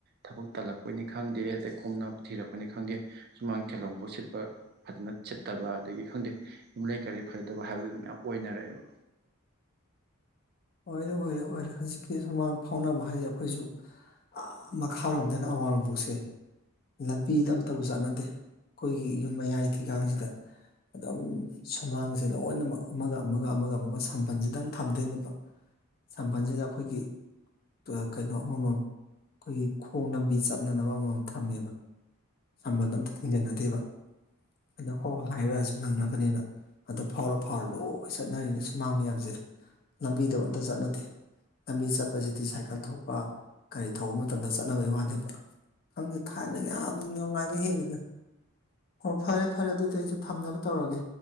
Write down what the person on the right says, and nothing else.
ꯊꯕꯛ ꯇꯜꯂꯛꯄꯩꯅꯤ ꯈꯪꯗꯦ ꯑꯗꯩ ꯀꯨꯝꯅꯞ ꯊꯤꯔꯛꯄꯅꯤ ꯈꯪꯗꯦ ꯁꯨꯃꯥꯡ ꯊꯦꯂꯣꯡꯐꯥꯎ ꯁꯤꯠꯄ ꯐꯖꯅ ꯁꯤꯠꯇꯕ ꯑꯗꯒꯤ ꯈꯪꯗꯦ ꯌꯨꯝꯂꯩ ꯀꯔꯩ ꯐꯖꯗꯕ ꯍꯥꯏꯕꯗꯨ ꯃꯌꯥꯝ ꯑꯣꯏꯅꯔꯛꯑꯦꯕ